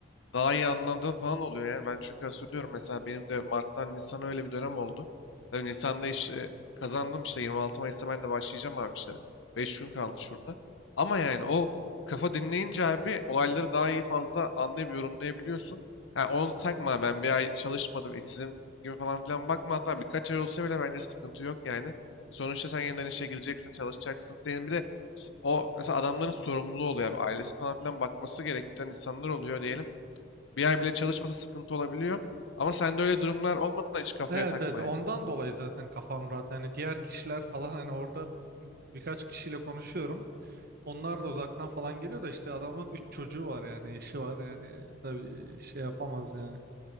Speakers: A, on the left; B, on the right.
A: daha iyi anladığım falan oluyor yani. Ben çünkü hatırlıyorum mesela benim de Mart'tan Nisan'a öyle bir dönem oldu. Tabii Nisan'da işte kazandım işte 26 Mayıs'ta ben de başlayacağım abi işte. 5 gün kaldı şurada. Ama yani o kafa dinleyince abi olayları daha iyi fazla anlayıp yorumlayabiliyorsun. Yani onu takma ben bir ay çalışmadım işsizim gibi falan filan bakma hatta birkaç ay olsa bile bence sıkıntı yok yani. Sonuçta sen yeniden işe gireceksin, çalışacaksın. Senin bir de s- o mesela adamların sorumluluğu oluyor abi. Ailesi falan filan bakması gereken insanlar oluyor diyelim. Bir ay bile çalışmasa sıkıntı olabiliyor. Ama sende öyle durumlar olmadığından hiç kafaya
B: Evet
A: takma
B: evet ondan
A: yani.
B: dolayı zaten kafam rahat. Yani diğer kişiler falan hani orada birkaç kişiyle konuşuyorum. Onlar da uzaktan falan geliyor da işte adamın üç çocuğu var yani eşi var yani tabii şey yapamaz yani.